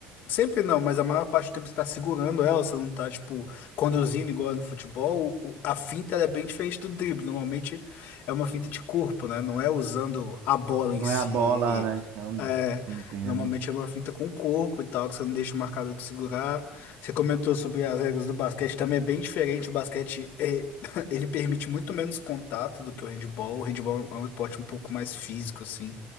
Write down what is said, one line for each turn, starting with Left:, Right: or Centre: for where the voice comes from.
Left: sempre não, mas a maior parte do tempo você tá segurando ela, você não tá tipo conduzindo igual é no futebol. o- A finta ela é bem diferente do drible. Normalmente é uma finta de corpo, né? Não é usando a bola
Right: Não
Left: em si.
Right: é a bola, né? Eu não
Left: É,
Right: não entendo.
Left: normalmente é uma finta com o corpo e tal, que você não deixa o marcador te segurar. Você comentou sobre as regras do basquete, também é bem diferente. O basquete é- <laughs> ele permite muito menos contato do que o handball. O handball é um esporte um pouco mais físico, assim,